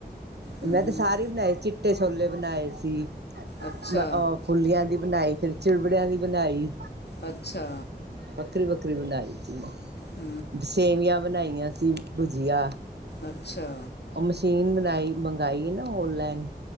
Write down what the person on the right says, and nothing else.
ਮੈਂ ਤੇ ਸਾਰੇ ਬਣਾਏ ਈ ਚੀਟੇ ਛੋਲੇ ਬਣਾਏ ਸੀ।
ਮੈ ਔ ਫੁੱਲੀਆਂ ਦੀ ਬਣਾਈ ਫੇਰ ਚਿੜਵੜੇਆਂ ਦੀ ਬਣਾਈ
ਵੱਕਰੀ-ਵੱਕਰੀ ਬਣਾਈ ਸੀ।
ਸੇਵੀਆਂ ਬਣਾਈਆਂ ਸੀ ਭੁਜੀਆ
ਓ ਮਸ਼ੀਨ ਬਣਾਈ ਮੰਗਈ ਨਾ ਓਨਲੈਨ